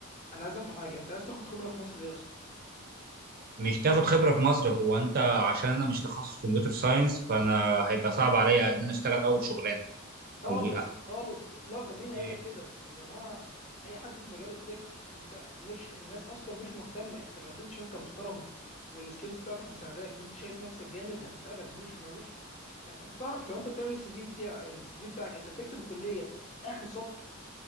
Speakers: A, on the left (about 35°); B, on the right (about 45°).
A: انا عايز افهم حاجه انت عايز تاخد خبره في مصر ليه اصلا
B: مش تاخد خبرة في مصر هو انت عشان انا مش تخصص كمبيوتر ساينس فانا هيبقى صعب عليا ان انا اشتغل اول شغلانة
A: خالص
B: او آه،
A: خالص اطلاقا مين قال
B: اوكي
A: لك كده يا جماعه اي حد في مجال التك انت مش الناس اصلا مش مهتمه انت لو قدمت شركه محترمه والسكيلز بتاعتك مساعداك وانت شايف نفسك جامد هتتقبل مش مالوش انت تعرف لو انت بتعمل السي في بتاع السي في بتاعك انت بتكتب الكليه اخر سطر